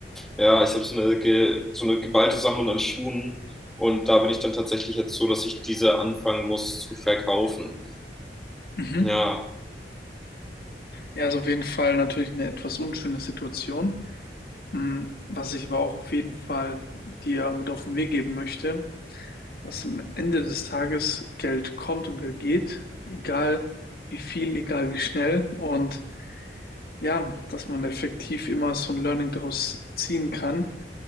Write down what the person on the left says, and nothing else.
Mhm.
Ja, ist auf jeden Fall natürlich eine etwas unschöne Situation. Hm, Was ich aber auch auf jeden Fall dir mit auf den Weg geben möchte, dass am Ende des Tages Geld kommt und Geld geht, egal wie viel, egal wie schnell. Und ja, dass man effektiv immer so ein Learning daraus ziehen kann.